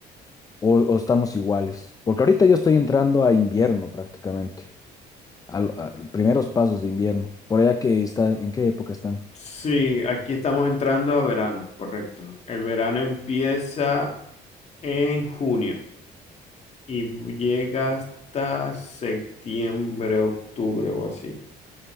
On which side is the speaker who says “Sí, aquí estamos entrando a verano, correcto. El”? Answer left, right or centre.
Left